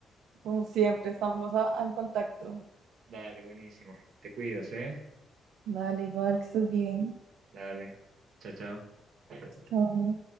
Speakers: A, on the right; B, on the right.
A: Como siempre, estamos a- en contacto.
B: Dale, buenísimo. Te cuidas, ¿eh?
A: Dale, igual que estés bien.
B: Dale. Chao, chao.
A: Chao.